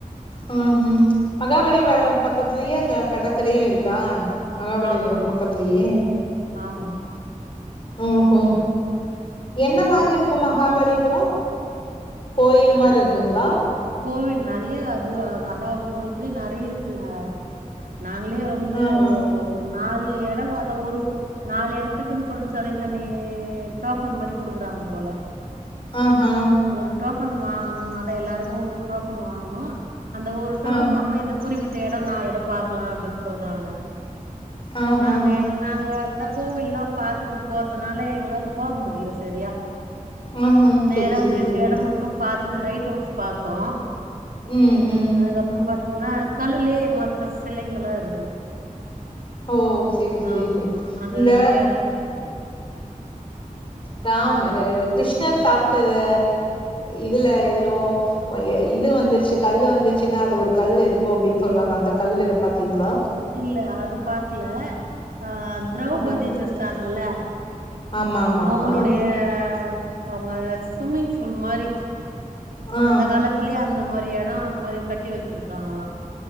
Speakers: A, on the left; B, on the right.
A: ஆ ம் மகாபலி ப பக்கத்லேயே கடற்கரையு இருக்கா மகாபலிபுரம்
B: ஆமா
A: பக்கத்லையே
B: ஆமா
A: ஓ ஓ
B: ம
A: என்ன
B: மகாலிபு
A: மாரி இருக்கு மகாபலிபுரோ கோயில் மார்
B: ஆ
A: இர்குங்களா
B: கோவில் நெறைய அது மகாபலிபுரத்தலயே நெறைய இருக்குங்க நாங்ளே ந்து
A: ஆஹா
B: ஒரு ஒரு நாலு எடோ அத ஒரு நாலு எடத்துக்குன் சொல்டு தனி தனி டோக்கன் மாரி குடுக்குறாங்க போல
A: ஆ ஆ
B: ஒரு டோக்கன் வாங்கணு அத எல்லாருக்கு ஒரு டோக்கன் வாங்கணு அந்த ஒரு டோக்கன்
A: ஆ
B: வாங்கினா இந்த குறிப்பிட் ட்ட எடோ நாலு எடோ பாக்கலா அப்டின்னு சொல்றாங்க
A: ஆஹா
B: நாங்க எங்க நாங்க கோவில்லா பாத்துட்டு போறதுனால எங்களால போக முடியல சரியா
A: ஆஹா
B: நேர
A: செரி செரி
B: ஒரு ரெண்டு
A: செரி
B: எடோ மட் ட்டும் பாத்துட்டு லைட் ஹவுஸ் பாத்தோ
A: ம் ம்
B: அதுகப்றோ திங்னா கல்லுலே மத்த சிலைங்களா இருக்கு
A: ஓ செரி செரி
B: ஆமா
A: செரி
B: அந்த
A: இந்த
B: அந்த எடத்துல
A: ராம் கிருஷ்ணர் சாப்ட்டது இதுல எதுலோ வைய இது வந்துருச்சு கல்லு வந்துச்சுன்னா அது ஒரு கல் இருக்கு அப்டின்னு சொல்லுவாங்க அந்த கல்லு பாத்தீங்களா
B: இல்ல அது பாக்கல ஆ திரௌபதிணு
A: அஹ்,
B: இருக்காங்கல்ல
A: ஆமா ஆமா
B: அவுங்களுடைய
A: ஆமா
B: அவங்க சுமிங் பூல் மாரி
A: ஆ
B: அந்த காலத் திலே அந்த மாரி எடோ அந்த மாரி கட்டி வச்ருக்காங்களா